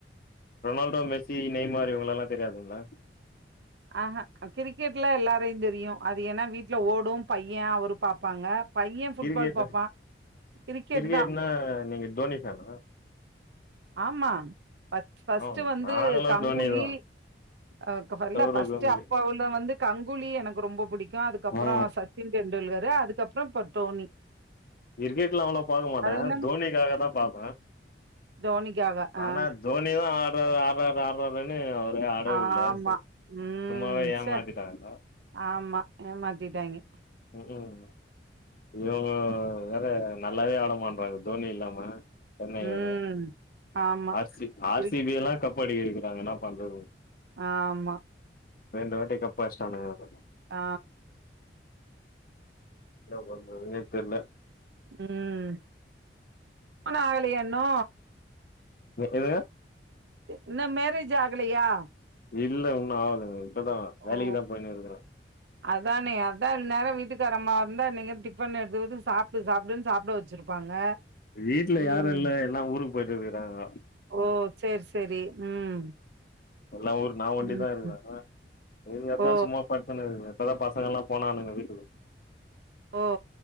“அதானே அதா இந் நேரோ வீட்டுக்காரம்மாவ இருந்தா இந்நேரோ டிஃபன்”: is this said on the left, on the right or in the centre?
Right